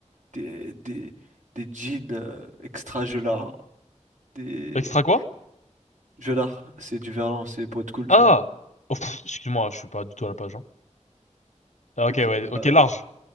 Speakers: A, on the right; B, on the left.
A: des, des, des jeans euh, extra gelards. Des...
B: Extra quoi?
A: Gelards, c'est du verlan, c'est pour être cool, tu
B: Ah!
A: vois.
B: Oh, pff, excuse-moi, je suis pas du tout à la page. hein. Ah, ok,
A: Ok,
B: ouais.
A: bah,
B: Ok, large.